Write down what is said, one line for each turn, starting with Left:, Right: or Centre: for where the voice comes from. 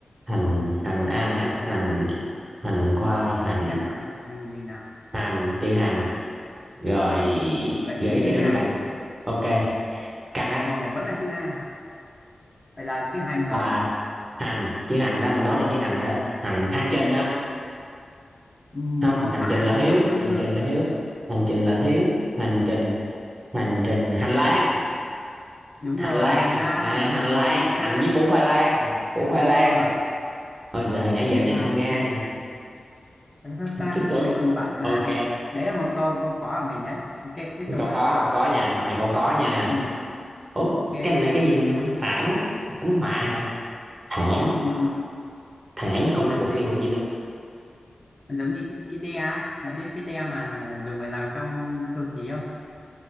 Right: hành hành a nè ha. hành hành khoai hành
Left: Để Xem nào, hành gì nào.
Right: hành chữ hành rồi
Left: Gợi
Right: gãy
Left: ý tiếp
Right: cái nữa
Left: nha.
Right: đi bạn ok căng á
Left: Ồ, vẫn là chữ A, vậy là chữ hành rồi.
Right: à hành chữ hành đó mình đoán là chữ hành đó hành hành trình hả
Left: Ừm,
Right: không
Left: không
Right: hành
Left: phải,
Right: trình là
Left: có
Right: hiếu
Left: bốn chữ
Right: hành
Left: cơ
Right: trình là hiếu hành trình là thiếu hành trình hành trình hành lang
Left: đúng
Right: hành
Left: rồi
Right: lang
Left: hành lang
Right: à hành lang
Left: là chính xác
Right: hành với củ khoai lang củ khoai
Left: đúng
Right: lang
Left: rồi
Right: ôi giời nãy giờ
Left: hành
Right: nhìn
Left: lang
Right: không ra
Left: chính
Right: nha
Left: chính
Right: <laughs>
Left: xác
Right: thương
Left: cuối cùng bạn à,
Right: ok
Left: đấy là một câu câu khó của mình đấy ok tiếp tục
Right: câu
Left: ạ
Right: có câu có nha câu này câu có nha
Left: ừ,
Right: ủa
Left: ok
Right: cái này là cái gì mình không biết thảm thảm họa hả thảm
Left: ừ,
Right: thảm còn cái
Left: làm
Right: cục
Left: gì
Right: này cục gì ta
Left: giống như cái cái đe á bạn biết cái đe mà dùng để làm trong cơ khí không